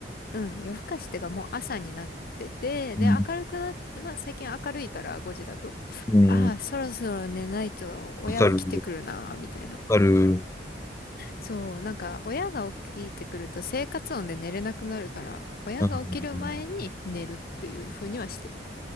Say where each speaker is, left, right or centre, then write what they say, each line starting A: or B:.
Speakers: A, on the left; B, on the left.
A: うん、夜更かしってかもう朝になってて、
B: うん。
A: で、明るくなって、まあ最近明るいから5時だと。
B: うん
A: ああ、そろそろ寝ないと親起きてくるな、
B: わかる、
A: みたいな。
B: わかる。
A: そう、なんか親が起きてくると生活音で寝れなくなるから、親が起きる前に寝るっていう風にはしてる。
B: うん